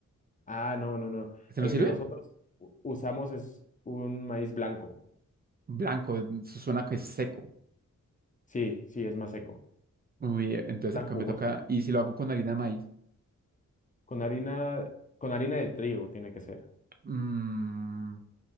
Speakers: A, on the left; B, on the right.
A: Ah, no, no, no.
B: ¿se
A: El
B: nos sirve?
A: que nosotros u- usamos es un maíz blanco.
B: Blanco, eso suena que es seco.
A: Sí, sí, es más seco.
B: Muy bien, entonces
A: Es tan
B: acá
A: jugoso.
B: me toca. ¿Y si lo hago con harina de maíz?
A: Con harina, con harina de trigo tiene que ser.
B: Mm,